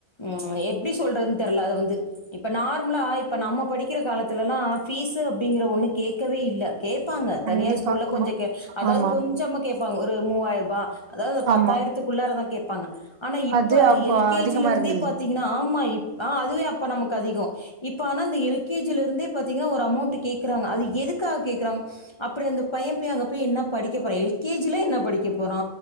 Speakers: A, on the left; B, on the right.
A: ம் எப்டி சொல்றதுன்னு தெர்ல அத வந்து இப்ப நார்மலா இப்ப நம்ம படிக்கிற காலத் துல்லா ஃபீஸ்ஸு அப்டிங்கிற ஒன்னு கேட்கவே இல்ல கேப்பாங்க
B: கண்டிப்பா
A: தனியார் ஸ்கூல்ல கொஞ்ச
B: ஆமா
A: கேப் அதாவது
B: ஆமா
A: கொஞ்சமா கேப்பாங்க ஒரு மூவாயிர ரூபா அதாவது இந்த பத்தாயிரத்துக்குள்ள
B: ஆமா
A: தா கேப்பாங்க ஆனா இப்ப
B: அது அப்ப
A: எல்கேஜிலருந்தே
B: அதிகமா இருந்தது
A: பாத்தீங்கன்னா ஆமா இப் ஆ அதுவே அப்ப நமக்கு அதிக இப்ப ஆன அந்த எல் கே ஜிலருந்தே பாத்திங்கன்னா ஒரு அமௌண்ட் கேக்குறாங்க அது எதுக்காக கேக்குறாங்க அப்படி அந்த பைய போய் என்னா படிக்க போற எல் கே ஜில என்ன படிக்க போறா